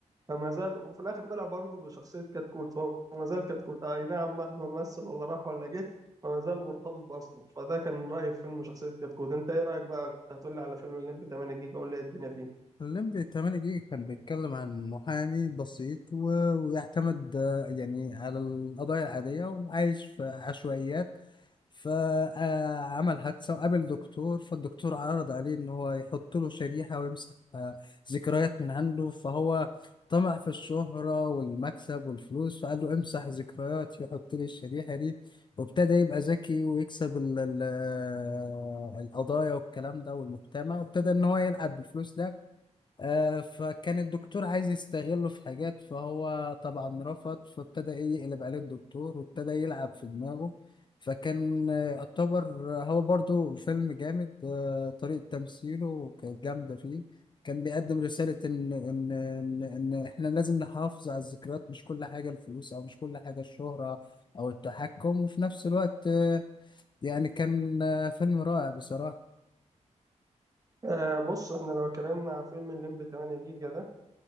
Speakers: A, on the right; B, on the left.
A: فما زال وفي الاخر طلع برضه بشخصيه كتكوت فهو ما زال كتكوت آه، اي نعم مهما مثل ولا راح ولا جه فما زال مرتبط باصله فده كان رايي في فيلم شخصيه كتكوت انت ايه رايك بقى كنت هتقول لي على فيلم الليمبي 8 جيجا قول لي إيه الدنيا فيه
B: الليمبي 8 جيجا كان بيتكلم عن محامي بسيط و... ويعتمد آه، يعني على القضايا العادية وعايش في عشوائيات فعمل حادثة وقابل دكتور فالدكتور عرض عليه إن هو يحط له شريحة ويمسح آه، ذكريات من عنده فهو طمع في الشهرة والمكسب والفلوس فقال له امسح ذكرياتي وحط لي الشريحة دي وابتدى يبقى ذكي ويكسب ال... ال- آه، القضايا والكلام ده والمجتمع وابتدى إن هو يلعب بالفلوس ده آه، فكان الدكتور عايز يستغله في حاجات فهو طبعا رفض فابتدى ايه يقلب عليه الدكتور وابتدى يلعب في دماغه فكان آه، يعتبر هو برضو فيلم جامد آه، طريقة تمثيله كانت جامدة فيه كان بيقدم رسالة إن إن إن إن إحنا لازم نحافظ على الذكريات مش كل حاجة الفلوس أو مش كل حاجة الشهرة أو التحكم وفي نفس الوقت آه، يعني كان آه، فيلم رائع بصراحة
A: آه بص احنا لو اتكلمنا على فيلم الليمبي 8 جيجا ده